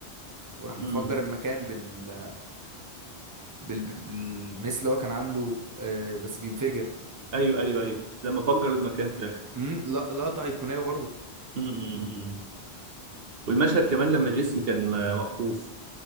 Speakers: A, on the right; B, on the right.
A: وراح
B: امم
A: مفجر المكان بال بال- بالمس اللي هو كان عامله آه، بس بينفجر
B: ايوه ايوه ايوه لما فجر المكان في الاخر
A: امم لا- لقطة أيقونية برضو
B: امم والمشهد كمان لما جيسي كان آه، مخطوف